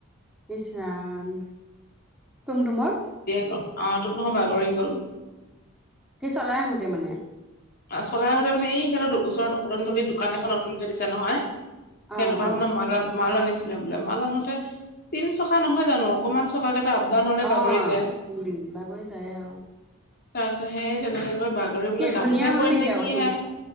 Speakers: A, in the centre; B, on the left (about 50°).
A: বিচৰাাম তুম তুমাৰ
B: ল আহ, তোক নহয় বাগৰি গল।
A: সেই চলাই আহোতে মানে
B: চলাই হতে মানে এই সিহঁতৰ ওচৰ কদম তলিত দোকান এখন নতুনকে দিছে নহয়।
A: অ
B: সেই দোকান
A: অ
B: খনৰ মাল মাল আনিছে ছিলে বোলে মাল আনোতে তিন চকা নহয় জানো অকমান চকা কেইটা আপ ডাউন হলে বাগৰি
A: অ
B: যায়।
A: উম, বাগৰি যায়ে আৰু।
B: তাৰ পিছত হে তেনেকেকৈ বাগৰি বোলে গাঁততহে
A: ঘূণীয়া হ'ল
B: পৰিল
A: নেকি
B: নে
A: আকৌ
B: কি
A: তুম
B: হে